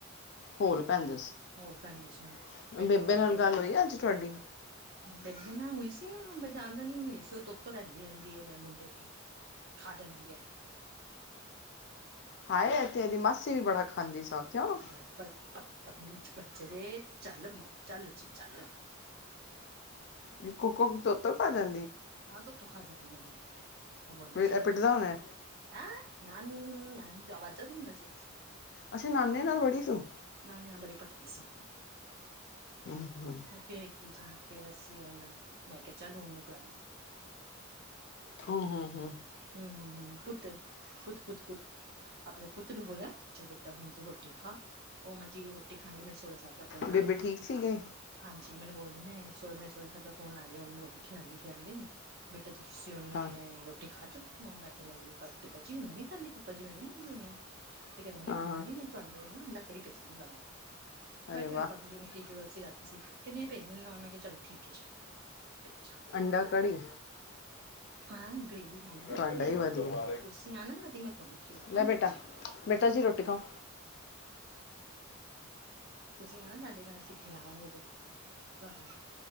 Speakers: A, on the left; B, on the right.
A: ਹੋਲ ਪੈਂਦੇ
B: ਹੋਰ ਫੇਰ
A: ਸੀ ਬੇਬੇ
B: ਹੁਣ ਮੈਂ
A: ਨਾਲ
B: ਕਿਆ
A: ਗੱਲ
B: ਚੱਲ
A: ਹੋਈ ਅੱਜ ਤੁਹਾਡੀ
B: ਬੇਬੇ ਨਾਲ ਹੋਈ ਸੀ ਨਾ ਬ ਜਾਂਦਾ ਨੀ ਹੋਈ ਸੀ ਓ ਤਾਂ ਤੁੱਤ ਰੈਦੀ ਰੇਦੀ ਮੇਰੇ ਮੁੰਡੇ ਦੀ ਖਾ ਜਾਂਦੀ ਐ।
A: ਹਾਏ ਏ ਤੇ ਏਦੀ ਮਾਸੀ ਵੀ ਬੜਾ ਖਾਂਦੀ ਸਾ ਕਿਉਂ
B: <inaudible> ਤਮੀਜ ਬੱਚੇ ਦੇ ਚੱਲ ਮ ਚੱਲ ਜੇ ਚੱਲ
A: ਵੀ ਕੋਕੋ ਤੋਤੋਂ ਖਾ ਜਾਂ
B: ਹਾਂ ਤੂੰ ਤੂੰਖਾਂ ਜਾਂਦੀਆਂ ਜੇ ਓ ਬੋਲਦਾ
A: ਫਿਰ
B: ਜੇ
A: ਇਹ ਪਿੱਟਦਾ ਹੋਣਾ ਹੈ।
B: ਐ ਨਾਨੂੰ ਨਾ ਨੂੰ ਵਾਜਾ ਦਿੰਦਾ ਜੇ।
A: ਅੱਛਾ ਨਾਨੇ ਨਾ ਬੜੀ ਸੁ
B: ਨਾਨੀ ਨਾਲ ਬੜੀ ਪਟਦੀ ਸੁ,
A: ਹਮ, ਹਮ।
B: ਫੇਰ ਕੀ ਚ ਫੇਰ ਅਸੀਂ ਹੁਣ, ਮੈਂ ਕਿਆ ਚਲ ਔਨੂੰ ਪੜਾ
A: ਹੂ ਹੂੰ-ਹੂੰ
B: ਹੂੰ-ਹੂੰ-ਹੂੰ ਪੁੱਤ-ਪੁੱਤ-ਪੁੱਤ-ਪੁੱਤ ਆਪਣੇ ਪੁੱਤ ਨੂੰ ਬੋਲਿਆ ਚ ਬੇ ਟਾ ਹੁਣ ਤੂੰ ਰੋਟੀ ਖਾ, ਔ ਮੈਂ ਜਿਵੇਂ ਰੋਟੀ ਖਾਣੀ ਮੇਰੇ ਹੁਣੇ ਸਾਬ ਦਾ ਫੋਨ
A: ਬੇਬੇ
B: ਆ ਗਿਆ,
A: ਠੀਕ ਸੀ ਗਈ
B: ਹਾਂਜੀ ਮੈਨੂੰ ਬੋਲ ਹੁਣੇ ਮੇਰੇ ਸੋਰੇ ਸਾਬ ਦਾ ਫੋਨ ਆ ਗਿਆ, ਓਨੂੰ ਰੋਟੀ ਖਿਲਾਂਦੀ-ਖਿਲਾਂਦੀ, ਬੇਟਾ ਜੀ ਤੁਸੀ ਓਨੇ
A: ਹਾਂ
B: ਰੋਟੀ ਖਾ ਚੁੱਕੀ ਔ, ਮੈਂ ਕਾ ਨਈ, ਜੀ ਮੈਂ ਨੀ ਖਾਂਦੀ ਪਾਪਾ ਜੀ ਮੈਂ ਨੀ ਖਾਂਦੀ ਹੂਨੇ ਤੇ ਕਹਿੰਦੇ ਨੇ
A: ਹਾਂ
B: ਖਾਣਾ
A: ਹਾਂ
B: ਨੀ, ਮੈਂ ਤੁਹਾਡੇ ਨਾ ਅੰਡਾ ਕੜੀ ਭੇਜ ਦਿੰਦਾ ਵਾ। ਮੈਂ
A: ਅਰੇ
B: ਕਿਹਾ
A: ਵਾਹ
B: ਪਾਪਾ ਜੀ ਨੂੰ, ਕੀ ਜ਼ਰੂਰਤ ਸੀ ਰਾਤੀ ਸੀ ਕੈਂਦੇ ਏ ਭੇਜਨਾ ਵਾ, ਮੈਂ ਕੇਹਾ ਚਲੋ ਠੀਕ ਐ ਜੀ। ਭੇਜਾ
A: ਅੰਡਾ ਕੜੀ
B: ਹਾਂ ਗਰੇਵੀ ਰੇਂਦੀ ਨਾ
A: ਤੁਹਾਡਾ
B: ਸਾਡੇ ਏਥੇ
A: ਹੀ ਵਧੀਆ
B: ਦੀ, ਤੇ ਤੁਸੀਂ ਆਨਾ ਕਦੀ ਤ ਮੈਂ ਤੁਹਾਨੂੰ ਖਿਲਾਵਾਂਗੀ
A: ਲੈ ਬੇਟਾ
B: ਜ
A: ਬੇਟਾ ਜੀ ਰੋਟੀ ਖਾਓ।
B: ਤੁਸੀਂ ਆਨਾ ਸਾਡੇ ਘਰ ਅਸੀ ਖੀਲਾਵਾਂਗੇ ਜੇ, ਤੁਹਾਨੂੰ